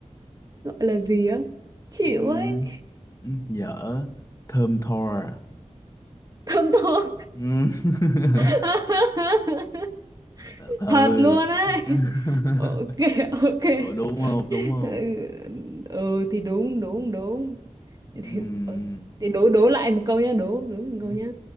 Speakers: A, on the right; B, on the left.
A: gọi là gì á? Chịu
B: Ừm,
A: ấy.
B: ừm, dở, thơm tho.
A: Thơm thốt.
B: Ừm. <laughs>
A: <laughs>
B: Ừ.
A: Thật luôn ấy.
B: <laughs>
A: Ok ok.
B: Ủa, đúng không? Đúng
A: Ừ
B: không?
A: ừ, thì đúng đúng đúng.
B: Ừm,
A: <laughs> Thì, Ờ, Thì đố đố lại một câu nhá, đố đố một
B: ừm,
A: câu nhá.